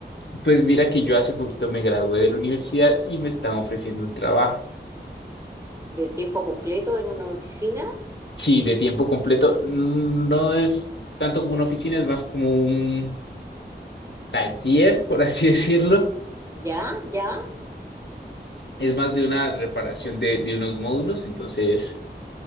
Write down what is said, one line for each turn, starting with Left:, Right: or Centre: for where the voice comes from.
Left: pues mira que yo hace poquito me gradué de la universidad y me están ofreciendo un trabajo.
Right: De tiempo completo en una oficina.
Left: Sí, de tiempo completo. Mm, No es tanto como una oficina, es más como un taller, por así <laughs> decirlo.
Right: Ya, ya,
Left: Es más de una reparación de, de unos módulos, entonces